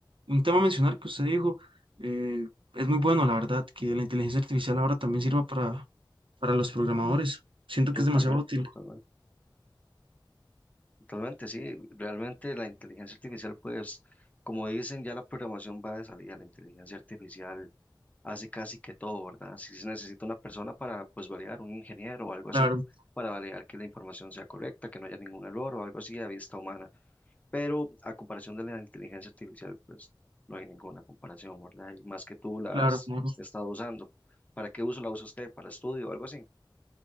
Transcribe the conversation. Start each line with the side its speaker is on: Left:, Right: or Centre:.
Right: un tema a mencionar que usted dijo, eh, es muy bueno, la verdad, que la inteligencia artificial ahora también sirva para, para los programadores. Siento que
Left: Totalmente,
Right: es demasiado útil.
Left: totalmente. Totalmente, sí. Realmente la inteligencia artificial, pues, como dicen, ya la programación va de salida, la inteligencia artificial hace casi que todo, ¿verdad? Si se necesita una persona para, pues, validar, un ingeniero o algo así,
Right: Claro,
Left: para validar que la información sea correcta, que no haya ningún error o algo así a vista humana. Pero a comparación de la inteligencia artificial, pues, no hay ninguna comparación, ¿verdad? Y más que tú la
Right: claro,
Left: has
Right: claro.
Left: estado usando. ¿Para qué uso la usa usted? ¿Para estudio o algo así?